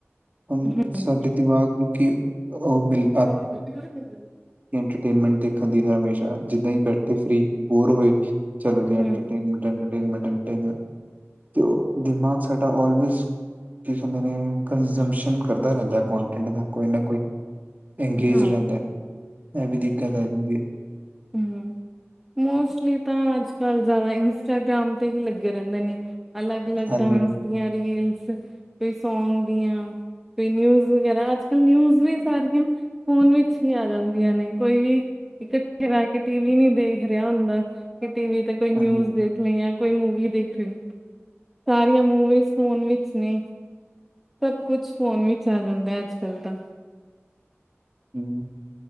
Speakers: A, on the right; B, in the centre.
A: ਹੁਣ
B: ਹਮ ਹਮ
A: ਸਾਡੇ ਦਿਮਾਗ ਨੂੰ ਕੀ ਉਹ ਮਿਲ
B: ਹ ਖੇਤੀ <unintelligible>
A: ਇੰਟਰਟੇਨਮੈਂਟ ਦੇਖਣ ਦੀ ਹਮੇਸ਼ਾ ਜਿੱਦਾਂ ਹੀ ਬੈਠੇ ਫਰੀ ਬੋਰ ਹੋਏ ਚੱਲੋ ਜੀ ਐਂਟਰਟੇਨਮੈਂਟ
B: ਹਮ
A: ਐਂਟਰਟੇਨਮੈਂਟ ਤੇ ਦਿਮਾਗ ਸਾਡਾ ਆਲਵੇਜ ਕੀ ਕਹਿੰਦੇ ਨੇ ਕੰਜਮਸ਼ਨ ਕਰਦਾ ਰਹਿੰਦਾ ਕੋਂਟੈਂਟ ਦਾ ਕੋਈ ਨਾ ਕੋਈ ਇੰਗੇਜ
B: ਹਮ
A: ਰਹਿੰਦਾ ਇਹ ਵੀ ਦਿੱਕਤ ਆ ਜਾਂਦੀ ਹੈ
B: ਹੂੰ ਮੋਸਟਲੀ ਤਾਂ ਅੱਜ-ਕੱਲ੍ਹ ਜਾਦਾ ਇੰਸਟਾਗ੍ਰਾਮ ਤੇ ਹੀ ਲੱਗੇ ਰੈੰਦੇ ਨੇ। ਅਲੱਗ-ਅਲੱਗ
A: ਹਾਂਜੀ
B: ਡਾਂਸ
A: ਹਾਂਜੀ
B: ਦੀਆਂ ਰੀਲਸ ਕੋਈ ਸੌਗ ਦੀਆਂ ਕੋਈ ਨਿਊਜ ਵਗੈਰਾ ਅੱਜ-ਕਲ ਨਿਊਜ ਵੀ ਸਾਰੀਆਂ ਫੋਨ ਵਿੱਚ ਹੀ ਆ ਜਾਂਦੀਆਂ ਨੇ ਕੋਈ ਵੀ ਇਕੱਠੇ ਬੈ ਕੇ ਟੀ ਵੀ ਨੀ ਦੇਖ ਰੇਹਾ ਹੁੰਦਾ ਵੀ ਟੀਵੀ ਤੇ ਕੋਈ ਨਿਊਜ਼
A: ਹਾਂਜੀ
B: ਦੇਖ ਣੀ ਆ ਕੋਈ ਮੂਵੀ ਦੇਖਣੀ ਸਾਰੀਆਂ ਮੂਵੀਜ਼ ਫੋਨ ਵਿੱਚ ਨੇ। ਸਭ ਕੁਛ ਫੋਨ ਵਿੱਚ ਆ ਜਾਂਦਾ ਅੱਜ-ਕੱਲ ਤਾਂ।
A: ਹੂੰ